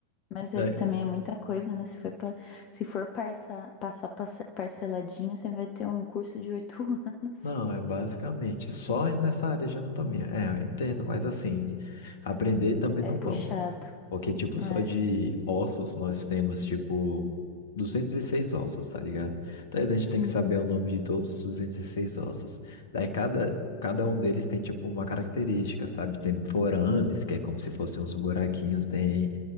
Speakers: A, on the left (about 35°); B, on the left (about 55°).
A: Mas
B: né?
A: é que também é muita coisa, né? Se for, pa- se for parça- passar parce- parceladinho, você vai ter um curso de oito <laughs> anos.
B: Não, é basicamente só nessa área de anatomia. É, eu entendo, mas assim, aprender também não
A: É
B: vamos.
A: puxado.
B: Porque, tipo, só
A: É.
B: de ossos nós temos, tipo, 206 ossos, tá ligado? Daí a gente tem
A: Uhum.
B: que saber o nome de todos os 206 ossos. Daí cada, cada um deles tem, tipo, uma característica, sabe? Tem forames, que é como se fossem uns buraquinhos, tem,